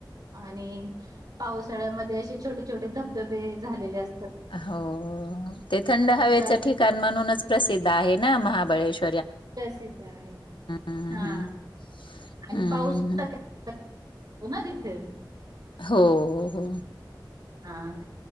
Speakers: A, on the right (about 55°); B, on the left (about 85°).
A: आणि पावसाळ्यामध्ये अशे छोटे- छोटे धबधबे झालेले अस
B: हो ते थंड हवेच
A: कारण
B: ठिकाण म्हणूनच प्रसिद्ध आहे ना महाबळेश्वर.
A: प्रसिद्ध आहे
B: हम्म
A: हा आणि
B: हम्म
A: पाऊस
B: हम्म
A: तर काय असतो ना तिथे.
B: हो, हो...
A: हा...